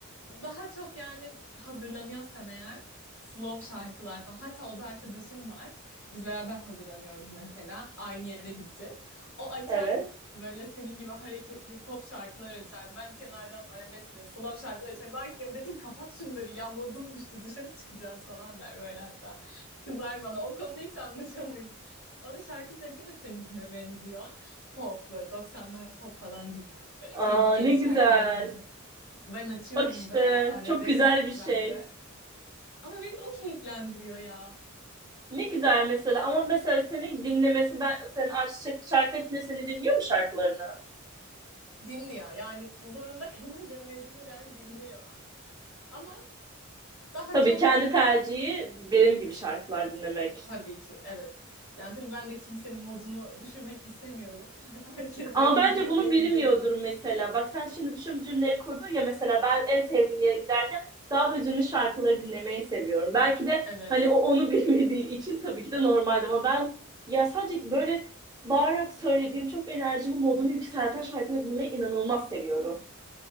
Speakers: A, on the left (about 70°); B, on the right (about 20°).
A: daha çok yani hazırlanıyorsam eğer slow şarkılar falan. Hatta o da arkadaşım var. Biz beraber hazırlanıyoruz mesela. Aynı yere gideceğiz. O açar
B: evet.
A: böyle senin gibi hareketli pop şarkılar açar. Ben kenardan arabesk böyle slow şarkılar açar. Belki ya Betül kapat şunları ya modum düştü dışarı çıkacağız falan der böyle hatta. Kızar bana o konuda hiç anlaşamayız. Onun şarkı zevki de seninkine benziyor. Pop böyle 90'lar pop falan dinliyor. Böyle
B: Aa,
A: keyifli keyifli
B: ne güzel.
A: şarkılar dinliyor. Ben açıyorum
B: Bak işte
A: böyle arabesk
B: çok güzel bir şey.
A: bende. Ama beni de o keyiflendiriyor ya.
B: Ne güzel mesela ama mesela seni dinlemesi ben sen aşçı şarkı açınca seni dinliyor mu şarkılarını?
A: Dinliyor. Yani zorunda <laughs> kalınca mecburen dinliyor. Ama daha
B: Tabii
A: çok
B: kendi tercihi benim gibi şarkılar dinlemek.
A: tabii ki evet. Yani tabii ben de kimsenin modunu düşürmek istemiyorum. <laughs> Herkes
B: Ama
A: benim
B: bence
A: gibi
B: bunu
A: değil
B: bilmiyordur
A: değil.
B: mesela. Bak sen şimdi bir şu cümleyi kurdun ya mesela ben en sevdiğim yere giderken daha hüzünlü şarkıları dinlemeyi seviyorum. Belki de
A: Evet.
B: hani o onu <laughs> bilmediği için tabii ki de normaldi ama ben ya sadece böyle bağırarak söylediğim çok enerjimi modumu yükselten şarkıları dinlemeyi inanılmaz seviyorum.